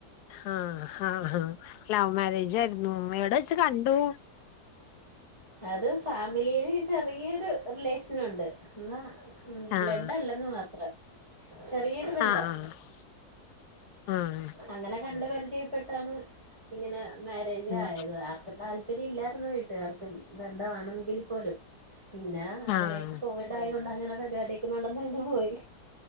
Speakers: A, on the left; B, on the right.
A: ആഹ് ആഹ് ഹാ ലവ് മാരേജായിരുന്നു എവിടെ വെച്ച് കണ്ടു
B: അത് ഫാമിലിയില് ചെറിയൊരു റിലേഷൻ ഉണ്ട് എന്നാ ബ്ലഡ്
A: ആഹ്
B: അല്ലെന്ന് മാത്രം ചെറിയൊരു ബന്ധം
A: ആഹ് ആഹ് ആഹ്
B: അങ്ങനെ കണ്ട് പരിചയപ്പെട്ടാണ് ഇങ്ങനെ മാരെജ്
A: ഉം
B: ആയത് ആർക്കും താല്പര്യം ഇല്ലായിരുന്നു വീട്ടുകാർക്കും ബന്ധവാണമെങ്കിൽ പോലും. പിന്നെ അങ്ങനെയൊക്കെ
A: ആഹ്
B: കോവിഡ് ആയൊണ്ട് അങ്ങനെ പരിപാടിഒക്കെ നടന്നങ്ങനെ പോയി